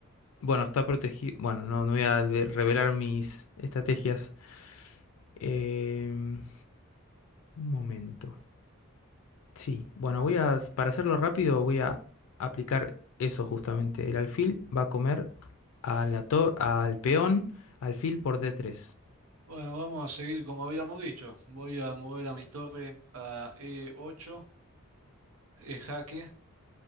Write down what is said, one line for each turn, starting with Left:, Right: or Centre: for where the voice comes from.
Left: bueno, está protegido, bueno, no, no voy a de- revelar mis estrategias. Em, un momento. Sí, bueno, voy a, para hacerlo rápido, voy a aplicar eso justamente. El alfil va a comer a la tor- al peón, alfil por d tres.
Right: bueno, vamos a seguir como habíamos dicho. Voy a mover a mi torre a E8, E jaque.